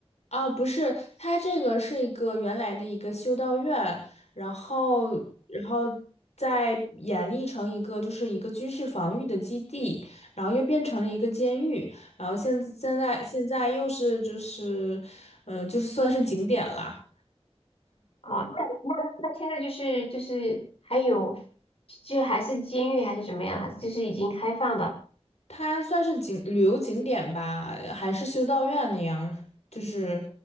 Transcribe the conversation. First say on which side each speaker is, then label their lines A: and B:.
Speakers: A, on the left (about 85°); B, on the left (about 60°).
A: 啊，不是，它这个是一个原来的一个修道院，然后，然后再演绎成一个就是一个军事防御的基地，然后又变成了一个监狱，然后现现在现在又是就是，嗯、就是算是景点啦。
B: 哦，那你那那现在就是就是还有，就还是监狱还是怎么样啊？还是就是已经开放的？
A: 它算是景旅游景点吧，还是修道院那样，就是，